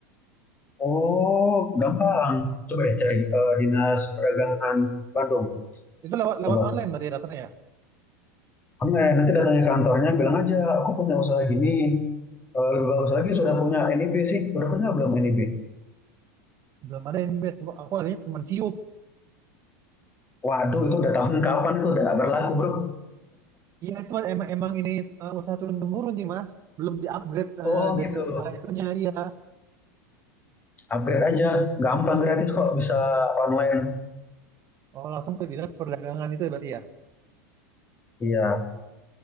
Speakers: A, on the left; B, on the right.
A: Oh, gampang. Coba deh cari eh, Dinas Perdagangan Bandung.
B: itu lewat lewat
A: Coba.
B: online berarti datanya ya.
A: Online. Nanti datangnya ke kantornya bilang aja, aku punya usaha gini. Eh, lebih bagus lagi sudah punya NIB sih. Udah punya belum NIB?
B: Belum ada yang bed. Coba aku adanya cuma siup.
A: Waduh, itu udah tahun kapan itu udah nggak berlaku, bro.
B: Iya, cuman emang emang ini eh, usaha turun temurun sih Mas, belum diupgrade eh,
A: Oh,
B: dari
A: gitu.
B: segala itunya iya.
A: upgrade aja gampang gratis kok bisa online
B: Oh langsung ke dinas perdagangan itu ya berarti ya.
A: iya